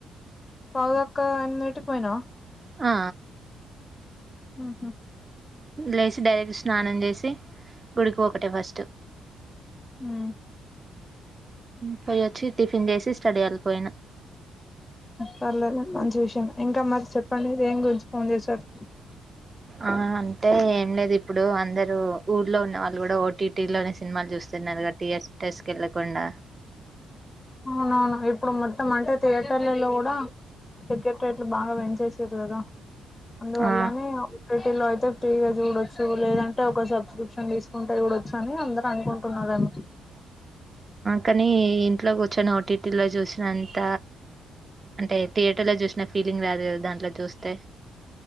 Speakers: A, on the left; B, on the right.
A: పాదక్క ఎనిమిదిటికి పోయినావ
B: ఆ
A: హుమ్ హు
B: లేసి డైరెక్ట్ స్నానం చేసి గుడికి ఒకటే ఫస్ట్
A: హుమ్
B: పోయోచ్చి టిఫిన్ చేసి స్టడీయల్ పోయినా
A: పర్లేదు మంచి విషయం ఇంకా మరి చెప్ మళ్లీ దేన్ గురించి ఫోన్ చేశారు
B: ఆ! అంటే ఏం లేదు ఇప్పుడు అందరు ఊర్లో ఉన్న వాళ్ళు కూడా ఓటీటీ లోనే సినిమాలు చూస్ తున్నారు గా టి ఎస్ టెస్ట్ ఎల్లకుండా
A: అవునవును ఇప్పుడు మొత్తం అంటే థియేటర్లలో కూడా టికెట్ రేట్లు బాగా పెంచేసిరు కదా అందువల్లనే
B: ఆ
A: ఓటిటీ లో అయితే ఫ్రీగా చూడొచ్చు లేదంటే ఒక సబ్స్క్రిప్షన్ తీసుకుంటే చూడొచ్చని అందరు అనుకుంట అనుకుంటున్నారేమో
B: కానీ ఇంట్లో కూర్చొని ఓటీటీలో చూసినంత అంటే థియేటర్ లో చూసిన ఫీలింగ్ రాదు కదా దాంట్లో చూస్తే